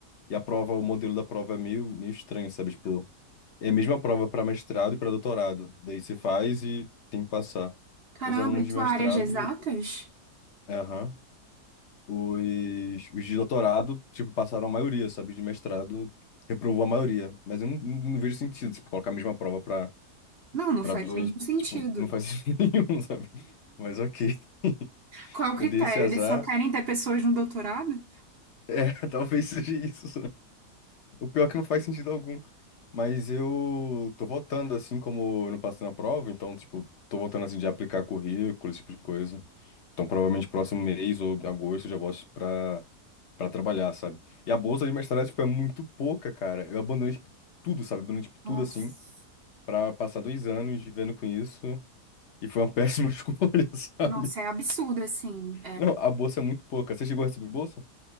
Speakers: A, on the left; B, on the right.
A: e a prova, o modelo da prova é meio, meio estranho, sabe? Tipo, é a mesma prova para mestrado e para doutorado. Daí você faz e tem que passar.
B: Caramba,
A: Os alunos
B: e tua
A: de mestrado,
B: área de exatas?
A: é, aham. Os, os de doutorado, tipo, passaram a maioria, sabe? De mestrado reprovou a maioria. Mas eu não, não- não vejo sentido, tipo, colocar a mesma prova para
B: Não, não
A: para
B: faz
A: dois,
B: nenhum sentido.
A: tipo, não faz <laughs> sentido nenhum, sabe? Mas ok. <laughs>
B: Qual é o
A: Eu
B: critério?
A: dei esse azar,
B: Eles só querem ter pessoas no doutorado?
A: <laughs> talvez seja isso. O pior é que não faz sentido algum. Mas eu tô voltando, assim, como eu não passei na prova, então, tipo, tô voltando, assim, de aplicar currículo, esse tipo de coisa. Então, provavelmente, próximo mês ou em agosto eu já volto pra, pra trabalhar, sabe? E a bolsa de mestrado, tipo, é muito pouca, cara. Eu abandonei, tipo, tudo, sabe? Abandonei, tipo, tudo,
B: Nossa,
A: assim, pra passar dois anos vivendo com isso. E foi uma péssima <laughs> escolha, sabe?
B: nossa, é absurdo, assim.
A: Não, a bolsa é muito pouca. Você chegou a receber bolsa?